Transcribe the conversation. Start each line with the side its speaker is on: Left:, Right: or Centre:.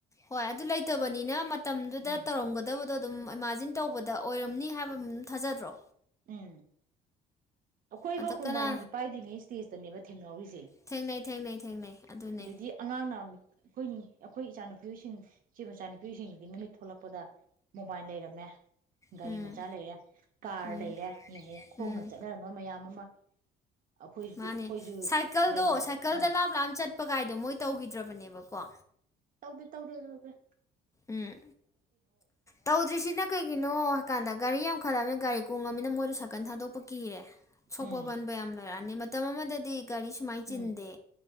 Left: ꯍꯣꯏ ꯑꯗꯨ ꯂꯩꯇꯕꯅꯤꯅ ꯃꯇꯝꯗꯨꯗ
Right: ꯎꯝ
Left: ꯇꯧꯔꯝꯒꯗꯕꯗꯣ ꯑꯗꯨꯝ ꯏꯃꯥꯖꯤꯟ ꯇꯧꯕꯗ ꯑꯣꯏꯔꯝꯅꯤ ꯍꯥꯏꯕꯝ ꯊꯥꯖꯗ꯭ꯔꯣ
Right: ꯎꯝ ꯑꯩꯈꯣꯏꯐꯧ
Left: ꯑꯗ ꯀꯅꯥ
Right: ꯎꯕꯥꯏꯟꯒꯤ ꯄꯥꯏꯗ꯭ꯔꯤꯉꯩ ꯏꯁꯇꯦꯖꯇꯅꯦꯕ ꯊꯦꯡꯅꯥꯎꯔꯤꯁꯦ
Left: ꯊꯦꯡꯅꯩ ꯊꯦꯡꯅꯩ ꯊꯦꯡꯅꯩ ꯑꯗꯨꯅꯦ
Right: ꯑꯗꯨꯗꯤ ꯑꯉꯥꯡꯅꯝꯃꯤ ꯑꯩꯈꯣꯏ ꯑꯩꯈꯣꯏ ꯏꯆꯥꯅꯨꯄꯤꯁꯤꯡ ꯁꯤ ꯏꯆꯥꯅꯨꯄꯤꯁꯤꯡꯁꯤꯗꯤ ꯅꯨꯃꯤꯠ ꯊꯣꯛꯂꯛꯄꯗ ꯃꯣꯕꯥꯏꯜ ꯂꯩꯔꯝꯃꯦ ꯒꯥꯔꯤ
Left: ꯎꯝ
Right: ꯃꯆꯥ ꯂꯩꯔꯦ ꯀꯥꯔ
Left: ꯎꯝ
Right: ꯂꯩꯔꯦ ꯌꯦꯡꯉꯨ ꯈꯣꯡꯅ
Left: ꯎꯝ
Right: ꯆꯠꯅꯔꯝꯕ ꯃꯌꯥꯝ ꯑꯃ ꯑꯩꯈꯣꯏꯁꯨ
Left: ꯃꯥꯅꯦ
Right: ꯑꯩꯈꯣꯏꯁꯨ
Left: ꯁꯥꯏꯀꯜꯗꯣ
Right: ꯒꯥꯔꯤ
Left: ꯁꯥꯏꯀꯜꯗ
Right: ꯑꯥ
Left: ꯂꯥꯞ ꯂꯥꯞ ꯆꯠ ꯆꯠꯄ ꯀꯥꯏꯗꯣ ꯃꯣꯏ ꯇꯧꯈꯤꯗ꯭ꯔꯕꯅꯦꯕꯀꯣ
Right: ꯇꯧꯗꯦ ꯇꯧꯗꯦ ꯇꯧꯗ꯭ꯔꯦ
Left: ꯎꯝ ꯇꯧꯗ꯭ꯔꯤꯁꯤꯅ ꯀꯩꯒꯤꯅꯣ ꯍꯥꯏꯀꯥꯟꯗ ꯒꯥꯔꯤ ꯌꯥꯝꯈꯠꯂꯑꯃꯤꯅ ꯒꯥꯔꯤ ꯀꯨꯡꯉꯕꯅꯤ ꯃꯣꯏꯁꯨ ꯁꯥꯀꯟ ꯊꯥꯗꯣꯛꯄꯒꯤ ꯀꯤꯔꯦ ꯁꯣꯛꯄ
Right: ꯎꯝ
Left: ꯄꯟꯕ ꯌꯥꯝ ꯂꯩꯔꯛꯑꯅꯤ ꯃꯇꯝ ꯃꯗꯗꯤ ꯒꯥꯔꯤ ꯁꯨꯃꯥꯏꯅ
Right: ꯎꯝ
Left: ꯆꯤꯟꯗꯦ